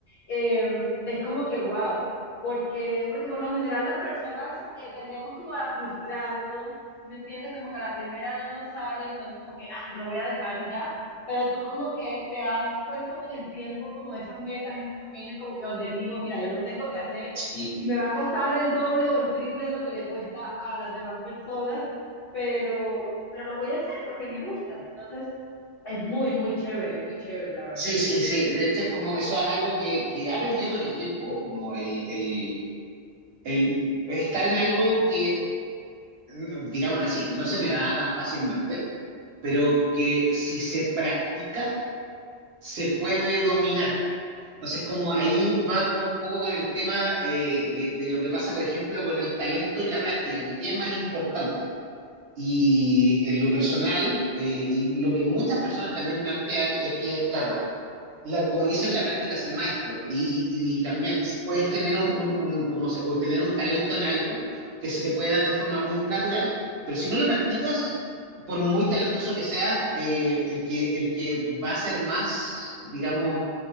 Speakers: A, on the left; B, on the right.
A: eh, es como que wow. Porque, porque por lo general las personas eh, tendemos como a frustrarnos, ¿sí ¿me entiendes? Como que a la primera no nos sale, entonces como que, ah, lo voy a dejar y ya pero tú como que te has puesto con el tiempo como esas metas, esos pequeños como que objetivos, mira, yo lo tengo que hacer
B: Sí,
A: y me va a costar el doble o el triple de lo que le cuesta a las demás personas, pero, pero lo voy a hacer porque me gusta. Entonces, es muy, muy chévere, muy chévere, la verdad.
B: sí, sí, sí. De hecho, es como eso es algo que, que he aprendido con el tiempo, como el, el, el estar en algo que, mm, digámoslo así, no se me da tan fácilmente, pero que si se practica. se puede dominar. Entonces, como ahí va como un poco con el tema eh, de, de lo que pasa, por ejemplo, con el talento y la práctica, que qué es más importante. Y en lo personal, eh, y lo que muchas personas también plantean es que, claro, la, como dicen, la práctica es el maestro. Y, y- y también puedes tener un, un- un- como se- o tener un talento en algo que se te puede dar de forma muy natural, pero si no lo practicas, por muy talentoso que seas, eh, el que, el que va a ser más, digamos,